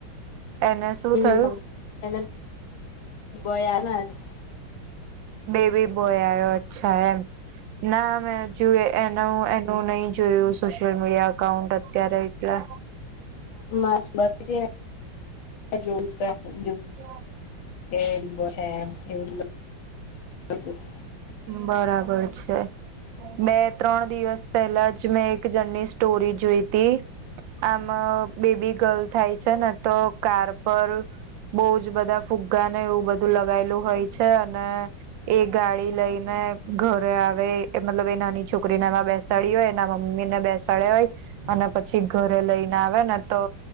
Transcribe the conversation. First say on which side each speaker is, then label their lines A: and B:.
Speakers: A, on the right; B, on the left.
A: એને શું
B: <unintelligible>
A: થયું બેબી બોય આવ્યો અચ્છા એમ ના મે જો એનું એનું નહી જોયું સોશિયલ મીડિયા એકાઉન્ટ અત્યારે એટલા
B: <unintelligible>
A: હા
B: <inaudible>
A: બરાબર છે બે ત્રણ દિવસ પેલા જ મેં એક જણની સ્ટોરી જોઈ તી આમાં બેબી ગર્લ થાય છે ને તો કાર પર બહુ જ બધા ફુગ્ગા ને એવું બધું લગાયેલું હોય છે અને એ ગાડી લઈને ઘરે આવે મતલબ એ નાની છોકરીને એમાં બેસાડી હોય એના મમ્મી ને બેસાડ્યા હોય. અને પછી ઘરે લઈને આવે ને તો